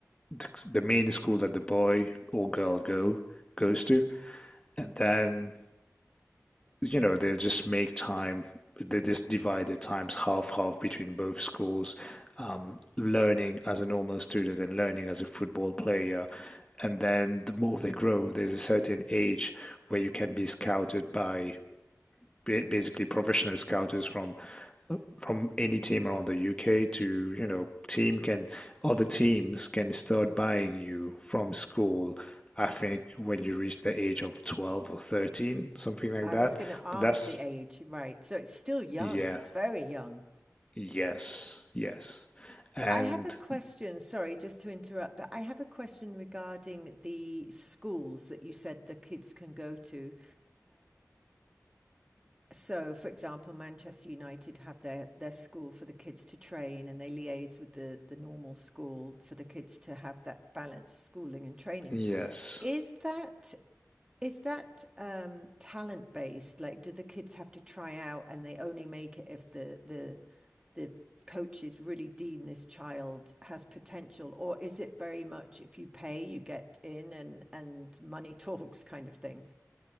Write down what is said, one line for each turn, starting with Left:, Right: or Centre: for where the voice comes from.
Left: the, the main school that the boy or girl go goes to, and then you know, they'll just make time, they just divide the times half half between both schools, um, learning as a normal student and learning as a football player. And then the more they grow, there's a certain age where you can be scouted by basically professional scouters from from any team around the UK to you know team can other teams can start buying you from school. I think when you reach the age of 12 or 13, something like
Right: I
Left: that.
Right: was going to ask
Left: But that's
Right: the age, right. So it's still young.
Left: yeah,
Right: It's very young.
Left: yes, yes,
Right: So
Left: and
Right: I have a question. Sorry, just to interrupt, but I have a question regarding the schools that you said the kids can go to. So, for example, Manchester United have their their school for the kids to train, and they liaise with the the normal school for the kids to have that balanced schooling and training.
Left: yes.
Right: Is that is that um, talent based? Like, do the kids have to try out and they only make it if the the the coaches really deem this child has potential or is it very much if you pay you get in and and money <laughs> talks kind of thing